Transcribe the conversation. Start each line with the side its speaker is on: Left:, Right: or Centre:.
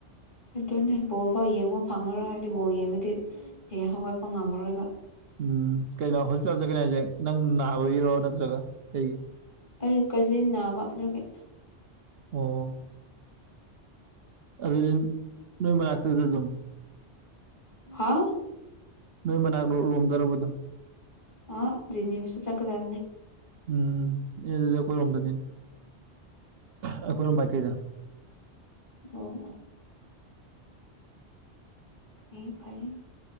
Left: ꯑꯗꯨꯅꯦ ꯕꯣꯜ ꯐꯥꯎ ꯌꯦꯡꯕ ꯐꯪꯉꯔꯣꯏ ꯍꯥꯏꯗꯤ ꯕꯣ ꯌꯦꯡꯉꯗꯤ ꯍꯌꯦꯡ ꯍꯧꯒꯠꯄ ꯉꯝꯃꯔꯣꯏꯕ
Right: ꯎꯝ ꯀꯩꯅꯣ ꯍꯣꯁꯄꯤꯇꯥꯜꯁꯦ ꯀꯩꯅꯣ ꯍꯥꯏꯁꯦ ꯅꯪ ꯅꯥꯕꯒꯤꯔꯣ ꯅꯠꯇ꯭ꯔꯒ ꯀꯩꯒꯤ
Left: ꯑꯩ ꯀꯖꯤꯟ ꯅꯥꯕ ꯑꯗꯨꯒꯤ
Right: ꯑꯣ ꯑꯗꯨꯗ ꯅꯕꯔ ꯂꯥꯛꯇꯗ ꯑꯗꯨꯝ
Left: ꯍꯥꯥ
Right: ꯅꯣꯏ ꯃꯅꯥꯛ ꯂꯣꯝꯗꯔꯕ ꯑꯗꯨꯝ
Left: ꯑ ꯖꯤꯅꯤ ꯃꯤꯁ ꯆꯥꯛꯀꯗꯔꯅꯦ
Right: ꯎꯝ ꯏ ꯑꯗꯨꯗꯤ ꯑꯩꯈꯣꯏꯔꯣꯝꯗꯅꯤ ꯑꯩꯈꯣꯏꯔꯣꯝ ꯃꯥꯏꯀꯩꯗ
Left: ꯎꯝ ꯎꯝ ꯐ ꯐꯔꯦ